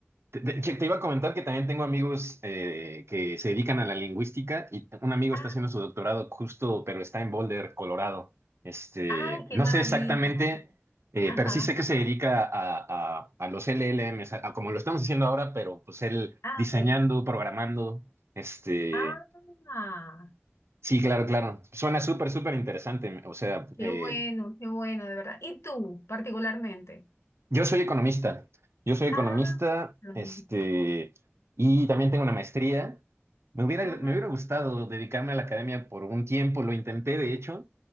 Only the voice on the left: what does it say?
ah,
ay, qué
maravilla.
Ajá.
Ah,
ok.
Ah,
qué
bueno, qué bueno, de verdad. ¿Y tú, particularmente?
Ah, lo
mismo.
Ujú,